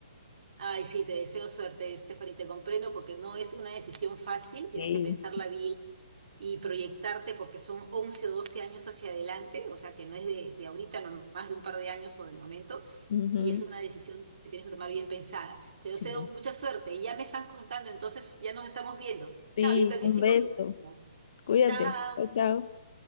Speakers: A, on the right (about 65°); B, on the left (about 55°).
A: Ay, sí, te deseo suerte, Stephanie, te comprendo porque no es una decisión fácil, tienes
B: Sí,
A: que pensarla bien y proyectarte porque son 11 o 12 años hacia adelante, o sea que no es de, de ahorita, no más de un par de años o del momento,
B: ujú,
A: y es una decisión que tienes que tomar bien pensada. Te deseo
B: Sí,
A: mucha suerte y ya me están contando, entonces ya nos estamos viendo.
B: sí,
A: Chao, yo también
B: un
A: sigo
B: beso.
A: mi camino.
B: Cuídate.
A: Chao.
B: Chao, chao.